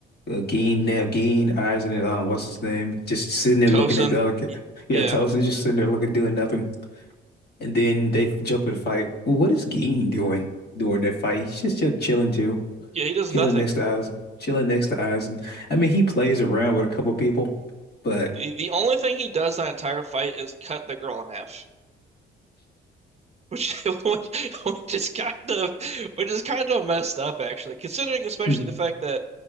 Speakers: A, on the left; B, on the right.
A: uh, Gene, Nab, Gene, eyes in it. Um, what's his name? Just sitting there
B: Tosin,
A: looking at the other kid.
B: y-
A: Yeah,
B: yeah,
A: Tulsa's just sitting there looking, doing nothing. And then they jump in the fight. Well, What is Gene doing during that fight? He's just, just chilling too,
B: yeah, he does
A: chilling
B: nothing.
A: next to eyes, chilling next to eyes. And I mean, he plays around with a couple people, but
B: The the only thing he does that entire fight is cut the girl in half. Which, <laughs> which which is kind of which is kind of messed up actually, considering especially
A: hmm,
B: the fact that